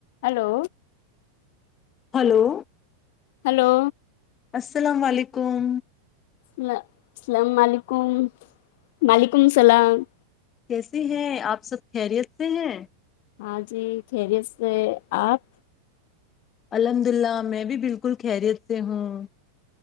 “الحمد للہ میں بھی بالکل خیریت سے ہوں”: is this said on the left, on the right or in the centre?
Left